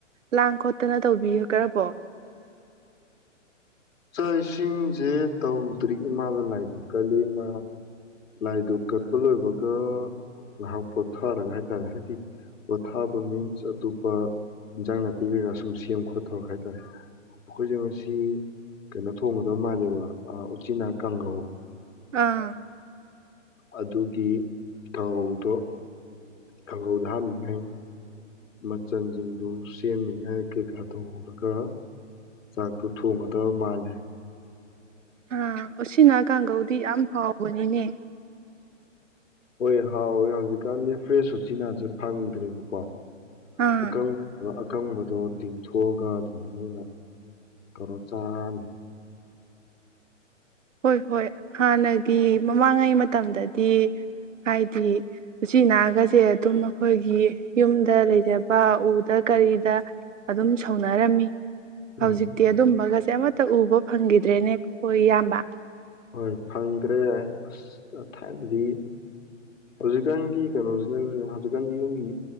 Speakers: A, on the right; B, on the left.
A: ꯂꯥꯡ ꯈꯣꯠꯇꯅ ꯇꯧꯕꯤꯈ꯭ꯔꯕꯣ?
B: ꯆꯥꯛ - ꯏꯁꯤꯡꯁꯦ ꯇꯧꯗ꯭ꯔꯤ ꯏꯃꯥꯗ ꯂꯥꯏꯗꯣꯛ ꯀꯜꯂꯤ ꯏꯃꯥ ꯂꯥꯏꯗꯨ ꯀꯠꯄ ꯂꯣꯏꯕꯒ ꯉꯥꯏꯍꯥꯛ ꯄꯣꯠꯊꯥꯔꯒ ꯍꯥꯏ ꯇꯔꯦ ꯍꯥꯏꯗꯤ ꯄꯣꯊꯥꯕ ꯃꯤꯟꯁ ꯑꯇꯣꯞꯄ ꯏꯟꯖꯥꯡ ꯅꯥꯄꯤ ꯀꯩꯀꯥ ꯁꯨꯝ ꯁꯦꯝ ꯈꯣꯠꯊꯔꯒ ꯍꯥꯏ ꯇꯥꯔꯦ ꯑꯩꯈꯣꯏꯁꯦ ꯉꯁꯤ ꯀꯩꯅꯣ ꯊꯣꯡꯒꯗꯕ ꯃꯥꯜꯂꯦꯕ ꯎꯆꯤꯟꯅꯥ ꯀꯥꯡꯍꯧ
A: ꯑꯥ꯫
B: ꯑꯗꯨꯒꯤ ꯀꯥꯡꯍꯧꯗꯣ ꯈꯪꯒꯧꯗ ꯍꯞꯅꯤ ꯉꯥꯏ ꯃꯆꯜꯁꯤꯡꯗꯨ ꯁꯦꯝꯃꯤꯉꯥꯏ ꯀꯩꯀꯥ ꯇꯧꯍꯔꯒ ꯆꯥꯛꯇ ꯊꯣꯡꯒꯗꯕ ꯃꯥꯜꯂꯦ
A: ꯑ ꯎꯆꯤ ꯅꯥ ꯀꯥꯡꯒꯧꯗꯤ ꯌꯥꯝ ꯍꯥꯎꯕꯅꯤꯅꯦ꯫
B: ꯍꯣꯏ ꯍꯥꯎꯋꯦ ꯍꯧꯖꯤꯛꯀꯥꯟꯗꯤ ꯐ꯭ꯔꯦꯁ ꯎꯆꯤꯅꯥꯁꯦ ꯐꯪꯗ꯭ꯔꯦꯕꯀꯣ
A: ꯑꯥ
B: ꯑꯀꯪ ꯑꯀꯪꯕꯗꯣ ꯇꯤꯡꯊꯣꯛꯑꯒ ꯑꯗꯨꯃꯥꯏꯅ ꯑꯣꯏꯅ ꯀꯧꯔꯣ ꯆꯥꯔꯅꯤ꯫
A: ꯍꯣꯏ- ꯍꯣꯏ ꯍꯥꯟꯅꯒꯤ ꯃꯃꯥꯡꯉꯩ ꯃꯇꯝꯗꯗꯤ ꯍꯥꯏꯗꯤ ꯎꯆꯤꯅꯥꯒꯁꯦ ꯑꯗꯨꯝ ꯑꯩꯈꯣꯏꯒꯤ ꯌꯨꯝꯗ ꯂꯩꯖꯕ ꯎꯗ ꯀꯔꯤꯗ ꯑꯗꯨꯝ ꯁꯧꯅꯔꯝꯃꯤ
B: ꯎꯝ
A: ꯍꯧꯖꯤꯛꯇꯤ ꯑꯗꯨꯝꯕꯒꯁꯦ ꯑꯃꯠ ꯇ ꯎꯕ ꯐꯪꯈꯤꯗ꯭ꯔꯦꯅꯦ ꯀꯣ ꯏꯌꯥꯝꯕ ꯫
B: ꯍꯣꯏ ꯐꯪꯗ꯭ꯔꯦ ꯑꯁ ꯊꯥꯏꯅꯗꯤ ꯍꯧꯖꯤꯛꯀꯥꯟꯒꯤ ꯀꯩꯅꯣꯁꯤꯅ ꯍꯧꯖꯤꯛꯀꯥꯟꯒꯤ ꯌꯨꯝꯒꯤ